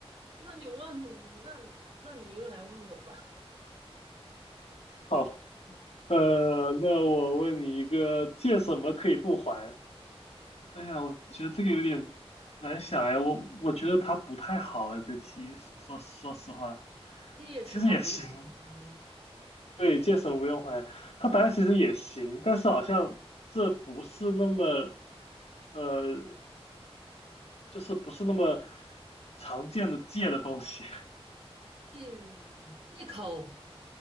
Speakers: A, on the right; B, on the left.
A: 那你问，那那你又来问我吧。
B: 好，呃，那我问你一个，借什么可以不还？哎呀，我觉得这个有点难想哎，我我觉得它不太好哎，这题说说实话，
A: 借什么不用还？
B: 其实也行，对，借什么不用还，它答案其实也行，但是好像这不是那么，呃，就是不是那么常见的借的东西 <laughs>
A: 借借口